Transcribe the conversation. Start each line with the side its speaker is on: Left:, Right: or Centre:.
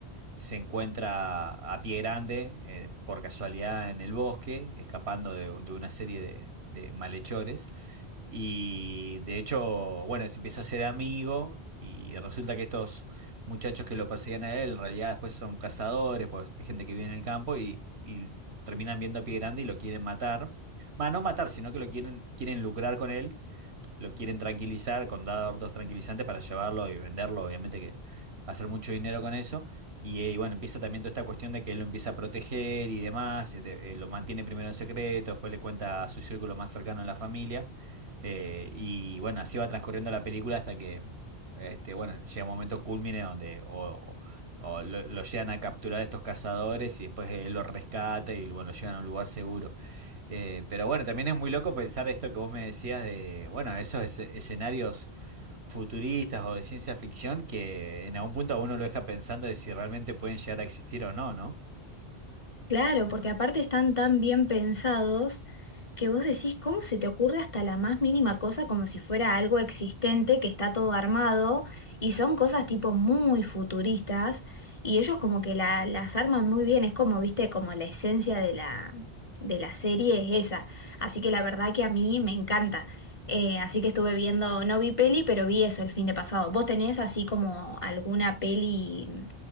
Right: se encuentra a Pie Grande eh, por casualidad en el bosque, escapando de, de una serie de de malhechores. Y de hecho, bueno, se empieza a ser amigo y resulta que estos muchachos que lo perseguían a él, en realidad después son cazadores, pues hay gente que vive en el campo y, y terminan viendo a Pie Grande y lo quieren matar. Va, no matar, sino que lo quieren, quieren lucrar con él lo quieren tranquilizar con dar dos tranquilizantes para llevarlo y venderlo, obviamente que hacer mucho dinero con eso. Y eh, bueno, empieza también toda esta cuestión de que él lo empieza a proteger y demás, eh, de- eh, lo mantiene primero en secreto, después le cuenta a su círculo más cercano en la familia. eh, y bueno, así va transcurriendo la película hasta que, este, bueno, llega un momento culmine donde o, o- o lo, lo llegan a capturar estos cazadores y después él lo rescata y bueno, lo llevan a un lugar seguro. Eh, pero bueno, también es muy loco pensar esto que vos me decías de, bueno, esos es- escenarios futuristas o de ciencia ficción que en algún punto a uno lo deja pensando de si realmente pueden llegar a existir o no, ¿no?
Left: Claro, porque aparte están tan bien pensados que vos decís, ¿cómo se te ocurre hasta la más mínima cosa como si fuera algo existente que está todo armado? Y son cosas tipo muy futuristas y ellos como que la- las arman muy bien, es como, viste, como la esencia de la, de la serie es esa. Así que la verdad que a mí me encanta. Eh, así que estuve viendo, no vi peli, pero vi eso el fin de pasado. ¿Vos tenés así como alguna peli?